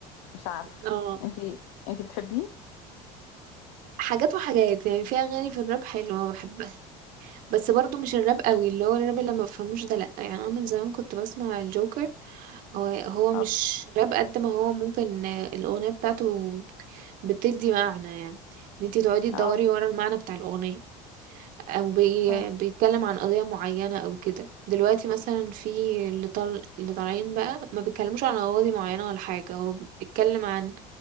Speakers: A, on the left (about 85°); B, on the right (about 60°).
A: مش عارف
B: اه
A: انتي انتي بتحبيه
B: حاجات وحاجات يعني في اغاني في الراب حلوه بحبها بس برضو مش الراب قوي اللي هو الراب اللي ما بفهموش ده لا يعني انا من زمان كنت بسمع الجوكر هو هو مش
A: اه
B: راب قد ما هو ممكن آه، الاغنيه بتاعته بتدي معنى يعني ان انتي تقعدي تدوري
A: اه
B: ورا المعنى بتاع الاغنيه او بي...
A: اه
B: بيتكلم عن قضيه معينه او كده دلوقتي مثلا في اللي طل... اللي طالعين بقى ما بيتكلموش عن قضايا معينه ولا حاجه هو بيتكلم عن